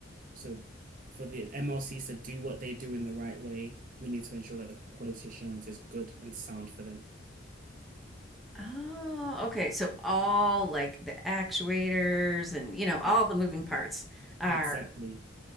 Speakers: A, on the right (about 45°); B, in the centre.
A: So for the MLCs to do what they do in the right way, we need to ensure that the quality assurance is good and sound for them.
B: Oh, okay. So all like the actuators and you know, all
A: Yes,
B: the moving parts are
A: exactly.